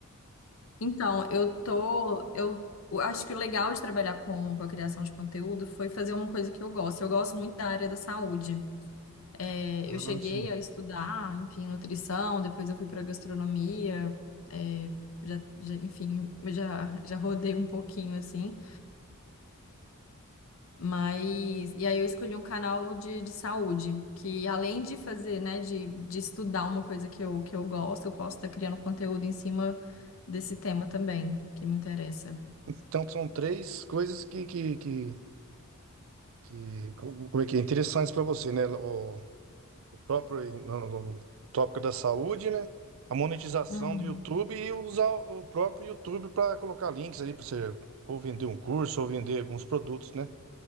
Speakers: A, on the left; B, on the right.
A: Então, eu tô, eu eu acho que o legal de trabalhar com, com a criação de conteúdo foi fazer uma coisa que eu gosto. Eu gosto muito da área da saúde. É,
B: Ah,
A: eu cheguei
B: sim.
A: a estudar, enfim, nutrição, depois eu fui para gastronomia, é, já, já, enfim, eu já, já rodei um pouquinho assim. Mas, e aí eu escolhi um canal de, de saúde, que além de fazer, né, de, de estudar uma coisa que eu, que eu gosto, eu posso estar criando conteúdo em cima desse tema também, que me interessa.
B: Então são três coisas que, que, que, que- como é que é? Interessantes para você, né? O, o próprio no- no- o tópico da saúde, né? A monetização
A: Uhum.
B: do YouTube e usar o próprio YouTube para colocar links ali para você ou vender um curso ou vender alguns produtos, né?